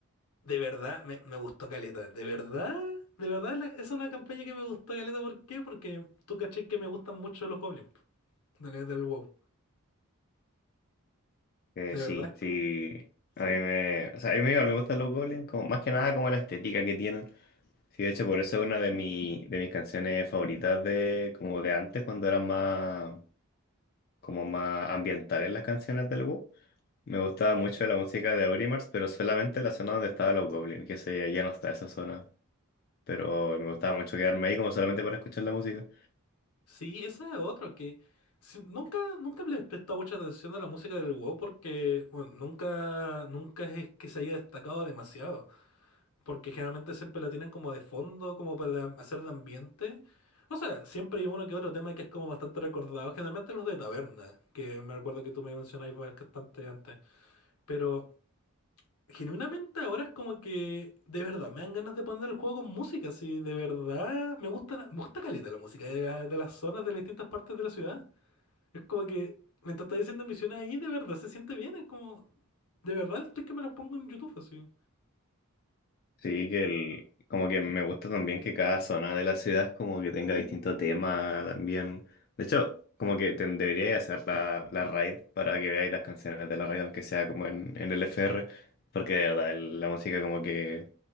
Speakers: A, on the left (about 85°); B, on the left (about 45°).
A: de verdad me, me gustó caleta, de verdad, de verdad la- es una campaña que me gustó caleta, ¿por qué? Porque tú caché que me gustan mucho los goblins po, del, del WoW,
B: Eh,
A: de
B: sí,
A: verdad es
B: sí.
A: como, ¿sí?
B: A mí me, o sea, a mí igual me gustan los golems, como, más que nada como la estética que tienen. Sí, de hecho, por eso es una de, mi, de mis canciones favoritas de, como de antes, cuando eran más, como más ambientales las canciones del WoW. Me gustaba mucho la música de Aurimars, pero solamente la zona donde estaban los goblins, que se, ya no está esa zona. Pero me gustaba mucho quedarme ahí como solamente para escuchar la música.
A: Sí, esa es otra que si- nunca, nunca le he prestado mucha atención a la música del WoW porque bueno, nunca, nunca es que se haya destacado demasiado. Porque generalmente siempre la tienen como de fondo, como para de- hacer de ambiente. O sea, siempre hay uno que otro tema que es como bastante recordado. Generalmente los de taberna, que me recuerdo que tú me mencionabas bastante antes. Pero genuinamente ahora es como que de verdad me dan ganas de poner el juego con música. Si de verdad me gusta, me gusta caleta la música de, la- de las zonas de las distintas partes de la ciudad. Es como que mientras está diciendo misiones ahí, de verdad se siente bien. Es como, de verdad estoy que me los pongo en YouTube así.
B: Sí, que el, como que me gusta también que cada zona de la ciudad como que tenga distinto tema también. De hecho, como que te, debería hacer la, la raid para que veáis las canciones de la raid, aunque sea como en, en el FR, porque de verdad el- la música como que,